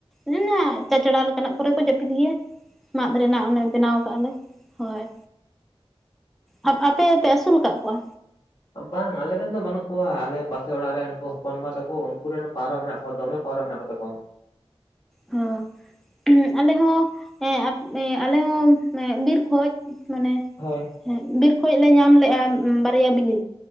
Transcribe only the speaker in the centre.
ᱢᱮᱱᱟ ᱪᱟᱪᱲᱟ ᱞᱮᱠᱟᱱᱟᱜ ᱠᱚᱨᱮ ᱠᱚ ᱡᱟᱹᱯᱤᱫ ᱜᱮᱭᱟ। ᱢᱟᱫᱽ ᱨᱮᱱᱟᱜ ᱚᱱᱮ ᱵᱮᱱᱟᱣ ᱠᱟᱜ ᱞᱮ ᱦᱳᱭ। ᱟᱨ ᱟᱯᱮ ᱯᱮ ᱟᱹᱥᱩᱞ ᱟᱠᱟᱫ ᱠᱚᱣᱟ?
ᱦᱚᱸ ᱩᱸᱜ ᱟᱞᱮ ᱦᱚᱸᱼᱼ ᱦᱮᱸ ᱟᱯ ᱮ ᱟᱞᱮ ᱦᱚᱸ ᱮᱸ ᱵᱤᱨ ᱠᱷᱚᱡ ᱢᱟᱱᱮᱼᱼ
ᱮᱸᱜ ᱵᱤᱨ ᱠᱷᱚᱡ ᱞᱮ ᱧᱟᱢ ᱞᱮᱜᱼᱟ ᱵᱟᱨᱭᱟ ᱵᱤᱞᱤ